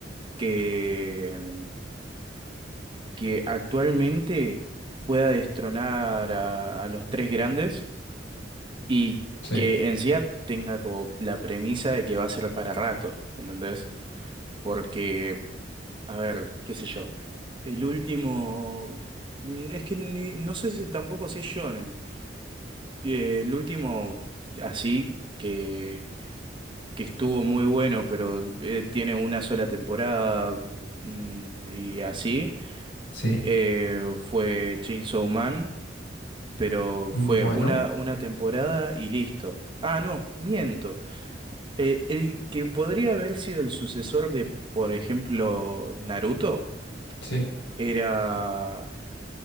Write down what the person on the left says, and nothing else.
Sí,
sí,
Bueno.
sí.